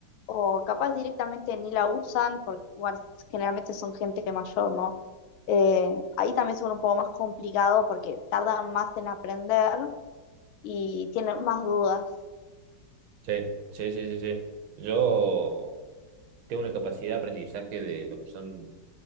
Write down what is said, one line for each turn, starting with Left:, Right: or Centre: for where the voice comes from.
Left: o capaz directamente ni la usan, porque igual generalmente son gente mayor, ¿no? Eh, ahí también se vuelve un poco más complicado porque tardan más en aprender y tienen más dudas.
Right: Sí, sí, sí, sí, sí. Yo tengo una capacidad de aprendizaje de lo que son